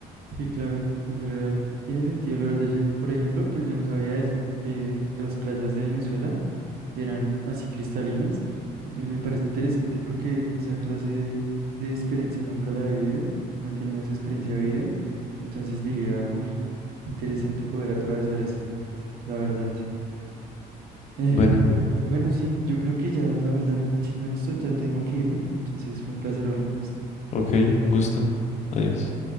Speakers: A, on the right; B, on the left.
A: Sí, claro, es real. Tiene sentido, la verdad, yo, ni- por ejemplo, pues yo no sabía eso, que las playas de Venezuela eran así cristalinas y pues me parece interesante porque esa clase de de experiencia nunca la he vivido, no he tenido esa experiencia de vida, entonces diría, uff, interesante poder atravesar eso, la verdad. Eh,
B: Bueno,
A: pero bueno, sí, yo creo que ya, la verdad, siendo honesto, ya tengo que irme, entonces fue un placer hablar con usted.
B: ok, un gusto. Adiós.